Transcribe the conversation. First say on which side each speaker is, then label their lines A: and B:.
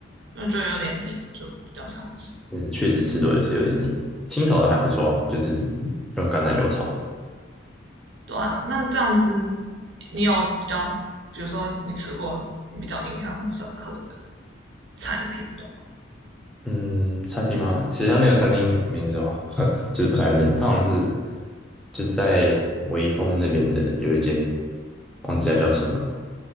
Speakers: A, on the right; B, in the centre.
A: 因为觉得有点腻，就比较少吃。
B: 嗯，确实吃多也是有点腻。清炒的还不错啊，就是用橄榄油炒的。
A: 对啊，那这样子，你有比较，比如说你吃过你比较印象深刻的餐厅有吗？
B: 嗯，餐厅吗？其实它那个餐厅名字哦，<laughs> 就是不太会念，它好像是就是在微风那边的有一间，忘记它叫什么了，